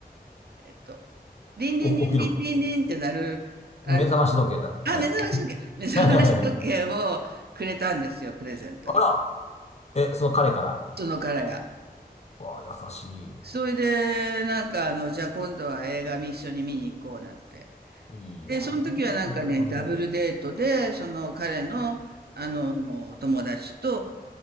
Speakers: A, on the right; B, on the left.
A: えっと、リンリンリンリンリンリンって鳴る、
B: お、起き時計
A: あの、
B: 目覚まし時計だ。はい。
A: あ、目覚まし時計、目覚まし時計をくれたんですよ、
B: はいはいはい。
A: プレゼントに。
B: あら、え、その彼から、
A: その彼が。
B: わあ、優しい。
A: それで、なんかあの、じゃあ今度は映画見一緒に見に行こうなんて。
B: いいなぁ。
A: で、その時はなんかね、
B: 中学校の時に。
A: ダブルデートで、その彼の、あの、友達と、